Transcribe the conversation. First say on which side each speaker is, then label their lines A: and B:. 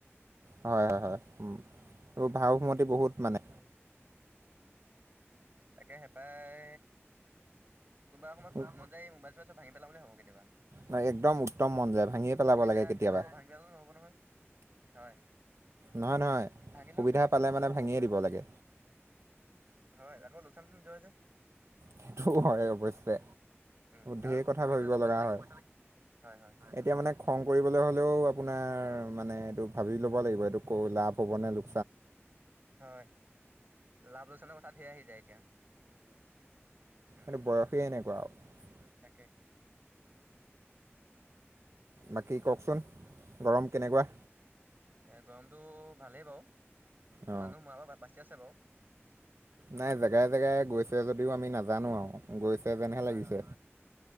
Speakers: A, on the right; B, on the right.
A: হয়, হয়, হয়। উম,
B: অ
A: এইবোৰ ভাৱমতি বহুত মানে
B: তাকে হেঁপাই কোনোবা সময়ত
A: উম,
B: মন যায় মোবাইল চোবাইল চব ভাঙি পেলাম বুলি ভাবো কেতিয়াবা।
A: নাই, একদম উত্তম মন যায় ভাঙিয়ে পেলাব
B: কিন্তু এতিয়া
A: লাগে কেতিয়াবা
B: কি হ'ব ভাঙিলেটো নহ'ব নহয় হয়।
A: নহয়, নহয়
B: ভাঙিলেও
A: সুবিধা
B: কি লোকচান
A: পালে
B: নিজৰে
A: মানে
B: হ'ব
A: ভাঙিয়ে দিব লাগে।
B: হয় আকৌ লোকচানটো নিজৰে যে
A: সেইটো হয় অৱশ্যে
B: উম কাৰণ
A: ধেৰ কথা
B: কিনিবলৈতো
A: ভাবিব
B: পইচা
A: লগা
B: লাগিব
A: হয়।
B: হয় হয়
A: এতিয়া মানে খং কৰিবলৈ হ'লেও আপোনাৰ মানে এইটো ভাবি ল'ব লাগিব এইটো কৈ লাভ হ'ব নে লো
B: হয় লাভ লোকচানৰ কথা ঢেৰ আহি যায় এতিয়া। উম
A: মে বয়সেই এনেকোৱা আৰু।
B: তাকে
A: বাকী কওকচোন গৰম কেনেকোৱা?
B: এ গৰমতো ভালেই বাৰু
A: অ
B: মানুহ মৰাপা বাচি আছে বাও।
A: নাই জেগাই জেগাই গৈছে যদিও আমি নাজানো আৰু গৈছে যেনহে
B: হয়
A: লাগিছে।
B: হয়